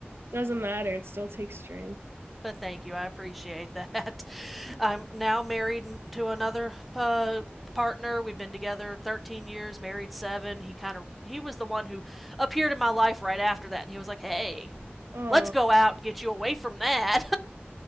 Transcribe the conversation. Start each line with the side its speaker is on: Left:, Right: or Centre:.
Right: Doesn't matter, it still takes strength.
Centre: But thank you, I appreciate that. <laughs>
Right: <laughs>
Centre: I'm now married to another uh, partner. We've been together 13 years, married seven. He kind of he was the one who appeared in my life right after that, and he was like, "Hey,
Right: Oh,
Centre: let's go out and get you away from that."